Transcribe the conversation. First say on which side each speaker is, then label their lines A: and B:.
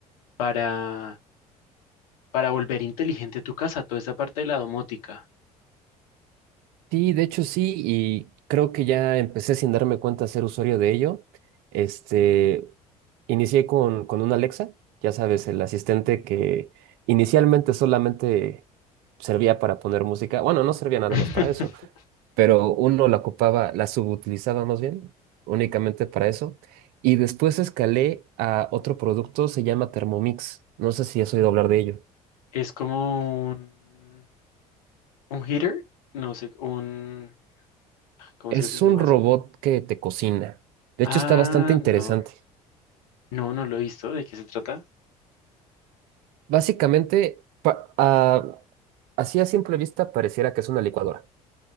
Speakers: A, on the left; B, on the right.
A: para, para volver inteligente tu casa, toda esta parte de la domótica.
B: Sí, de hecho sí, y creo que ya empecé sin darme cuenta a ser usuario de ello. Este, Inicié con, con una Alexa, ya sabes, el asistente que inicialmente solamente servía para poner música. Bueno, no servía nada
A: <laughs>
B: más para eso, pero uno la ocupaba, la subutilizaba más bien, únicamente para eso. Y después escalé a otro producto, se llama Thermomix. No sé si has oído hablar de ello.
A: Es como un, un heater, no sé, un, ¿cómo
B: Es
A: es que se llama
B: un robot
A: eso?
B: que te cocina. De
A: Ah,
B: hecho, está bastante interesante.
A: no, no, no lo he visto, ¿de qué se trata?
B: Básicamente, pa- ah, así a simple vista pareciera que es una licuadora